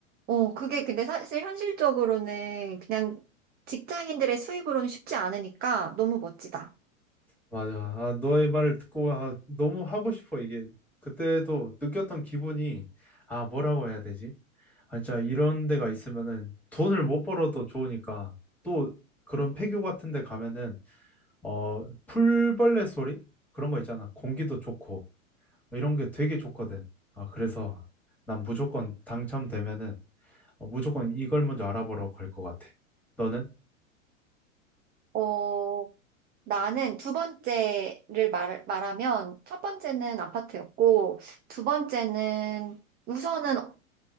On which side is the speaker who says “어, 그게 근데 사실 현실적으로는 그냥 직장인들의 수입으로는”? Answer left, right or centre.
Right